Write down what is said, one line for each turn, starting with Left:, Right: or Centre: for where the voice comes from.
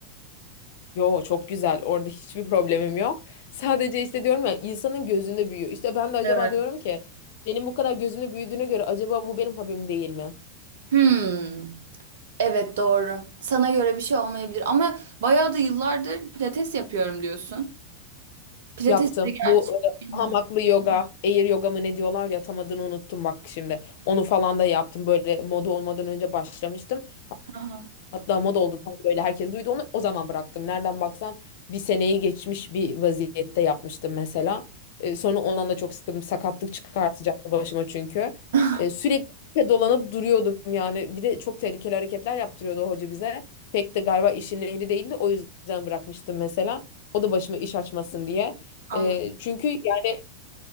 Left: Yo çok güzel. Orada hiçbir problemim yok. Sadece işte diyorum ya insanın gözünde büyüyor. İşte ben de acaba
Right: Evet.
Left: diyorum ki benim bu kadar gözümde büyüdüğüne göre acaba bu benim hobim değil mi?
Right: Hmm. Evet doğru. Sana göre bir şey olmayabilir ama bayağı da yıllardır pilates yapıyorum diyorsun. Pilates
Left: Yaptım.
Right: de gerçi
Left: Bu e,
Right: bilmiyorum.
Left: hamaklı yoga, air yoga mı ne diyorlar ya tam adını unuttum bak şimdi. Onu falan da yaptım. Böyle moda olmadan önce başlamıştım.
Right: Aha.
Left: Hatta moda oldu tam böyle herkes duydu onu. O zaman bıraktım. Nereden baksan bir seneyi geçmiş bir vaziyette yapmıştım mesela. E, sonra ondan da çok sıkıldım. Sakatlık çıkartacaktı başıma çünkü.
Right: <laughs>
Left: E, sürekli dolanıp duruyordum yani. Bir de çok tehlikeli hareketler yaptırıyordu o hoca bize. Pek de galiba işin ehli değildi. O yüzden bırakmıştım mesela. O da başıma iş açmasın diye.
Right: Anladım.
Left: E, çünkü yani